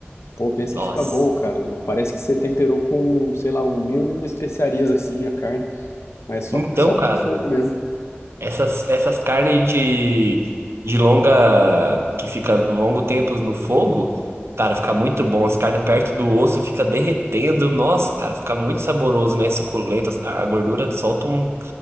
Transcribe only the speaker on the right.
Nossa.
Então,
cara.
Essas, essas carnes de, de longa, que fica longo tempo no fogo, cara, fica muito bom. As carnes perto do osso fica derretendo. Nossa, cara, fica muito saboroso, né? Suculento. A gordura solta um,